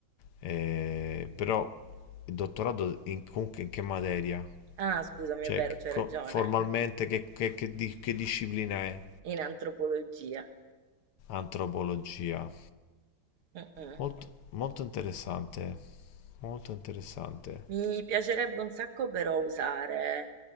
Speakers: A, on the left (about 85°); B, on the right (about 80°).
A: eh, però il dottorato in, comunque in che materia?
B: Ah, scusami,
A: Cioè,
B: è vero,
A: che
B: c'hai
A: co-
B: ragione.
A: formalmente che, che- che di- che disciplina è?
B: <laughs> In antropologia.
A: Antropologia.
B: Mm, mm.
A: Molto, molto interessante, molto interessante.
B: Mi piacerebbe un sacco però usare